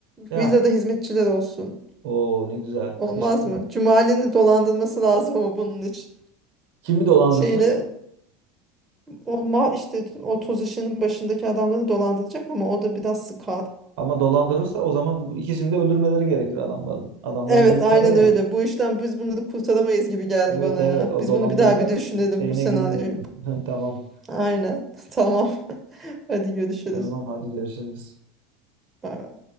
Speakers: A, on the right (about 65°); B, on the right (about 20°).
A: Yani.
B: Villada hizmetçiler olsun.
A: Oo ne güzel.
B: Olmaz
A: Keşke.
B: mı? Cumali'nin dolandırması lazım ama bunun için.
A: <laughs> Kimi dolandıracak?
B: Şeyle O mal işte o toz işinin başındaki adamları dolandıracak ama o da biraz sıkar.
A: Ama dolandırırsa o zaman bu ikisini de öldürmeleri gerekir adamların. Adamların
B: Evet
A: gözü
B: aynen
A: kara yani.
B: öyle. Bu işten biz bunu da kurtaramayız gibi geldi
A: Evet
B: bana
A: evet
B: ya.
A: o
B: Biz
A: dolandırma
B: bunu bir daha bir düşünelim
A: şeyine
B: bu senaryoyu.
A: girmeyelim. <laughs> Tamam.
B: Aynen. <laughs> Tamam. <laughs> Hadi görüşürüz.
A: Tamam hadi görüşürüz.
B: Bay bay.